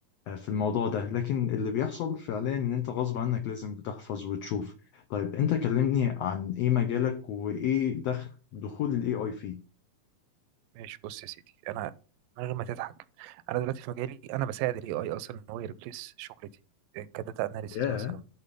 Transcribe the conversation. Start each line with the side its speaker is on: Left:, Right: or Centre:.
Left: آه، في الموضوع ده لكن اللي بيحصل فعليا ان انت غصب عنك لازم بتحفظ وتشوف طيب انت كلمني عن ايه مجالك وايه دخل دخول الاي اي فيه
Right: ماشي بص يا سيدي انا من غير ما تضحك انا دلوقتي في مجالي انا بساعد الاي اي اصلا ان هو يريبليس شغلتي كداتا اناليسيز
Left: ياه
Right: مثلا